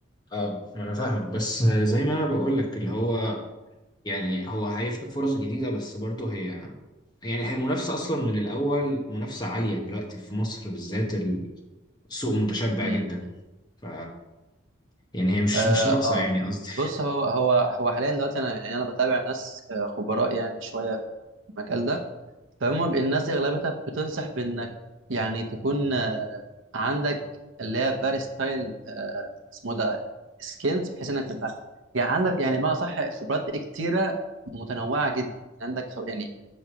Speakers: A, on the left; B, on the right.
A: اه ما انا فاهم بس زي ما انا بقول لك اللي هو يعني هو هيفتح فرص جديده بس برضه هي يعني هي المنافسه اصلا من الاول منافسه عاليه دلوقتي في مصر بالذات السوق متشبع
B: فاهم
A: جدا ف يعني هي مش
B: اه
A: مش ناقصه
B: آه.
A: يعني قصدي
B: بص هو هو هو حاليا دلوقتي انا يعني انا بتابع ناس آه، خبراء يعني شويه في المجال ده فهم بي- الناس دي اغلبتها بتنصح بانك يعني تكون آه، عندك اللي هي فيري ستايل اسمه ده سكيلز بحيث انك تبقى يعني عندك يعني ما صح خبرات كتيره متنوعه جدا عندك خب- يعني